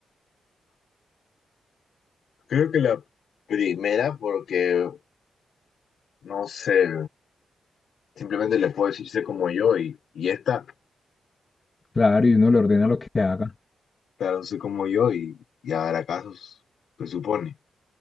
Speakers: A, on the left; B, on the left.
A: creo que la primera, porque no sé, simplemente le puedo decir sé como yo y, y esta,
B: Claro, y uno le ordena
A: bueno,
B: lo que haga.
A: claro, sé como yo y, y habrá casos, se supone.